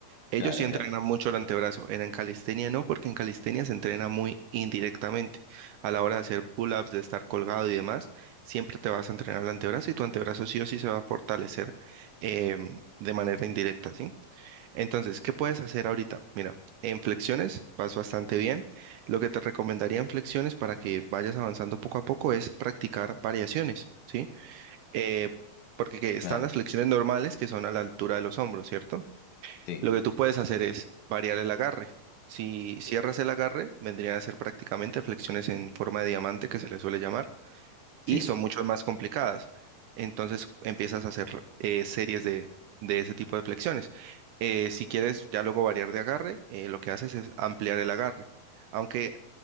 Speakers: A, on the right; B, on the left.
A: Ellos
B: Claro,
A: sí entrenan
B: claro,
A: mucho el antebrazo, en en calistenia no, porque en calistenia se entrena muy indirectamente. A la hora de hacer pull-ups, de estar colgado y demás, siempre te vas a entrenar el antebrazo y tu antebrazo sí o sí se va a fortalecer em, de manera indirecta, ¿sí? Entonces, ¿qué puedes hacer ahorita? Mira, en flexiones vas bastante bien. Lo que te recomendaría en flexiones para que vayas avanzando poco a poco es practicar variaciones, ¿sí? Eh, porque que están
B: claro.
A: las flexiones normales que son a la altura de los hombros, ¿cierto?
B: Sí,
A: Lo que tú puedes hacer es variar el agarre. Si cierras el agarre, vendrían a ser prácticamente flexiones en forma de diamante que se le suele llamar
B: sí.
A: y son mucho más complicadas. Entonces empiezas a hacer eh, series de, de ese tipo de flexiones. Eh, si quieres ya luego variar de agarre, eh, lo que haces es ampliar el agarre. Aunque